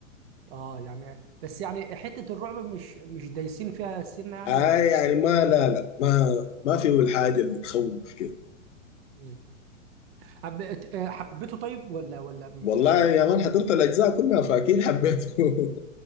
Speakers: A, on the right (about 50°); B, on the left (about 65°).
A: اه يعني بس يعني حتة الرعب مش مش دايسين فيها سنة يعني
B: آه
A: ولا
B: يعني
A: ولا
B: ما لا لا ما ما فيه الحاجة اللي تخوف كده
A: إيه؟ حبيت آه، حبيته طيب ولا ولا م-
B: والله يا مان حضرت الأجزاء كلها فأكيد حبيته <laughs>